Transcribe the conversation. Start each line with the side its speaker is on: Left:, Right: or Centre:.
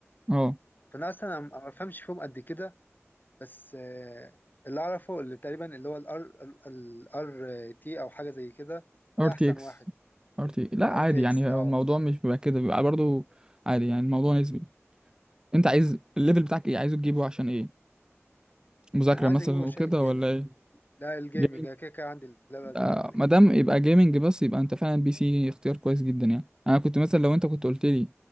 Right: اه
Left: فانا اصلا أنا ما بفهمش فيهم قد كده بس آه، اللي اعرفه اللي تقريبا اللي هو الار الار تي او حاجة زي كده
Right: ار
Left: ده
Right: تي
Left: احسن
Right: اكس
Left: واحد
Right: ار تي لا عادي
Left: ار تي
Right: يعني
Left: اكس
Right: هو
Left: اه
Right: الموضوع مش بيبقى كده بيبقى برضو عادي يعني الموضوع نسبي انت عايز الليفل بتاعك ايه عايزه تجيبه عشان ايه مذاكرة
Left: انا عايز
Right: مثلا
Left: اجيبه عشان
Right: وكده
Left: الجيمنج
Right: ولا
Left: لا الجيمنج
Right: ايه
Left: انا كده كده عندي اللي بذاكر
Right: آه،
Left: عليه
Right: ما دام يبقى جيمنج بس يبقى انت فعلا بي سي اختيار كويس جدا يعني انا كنت مثلا لو انت كنت قلت لي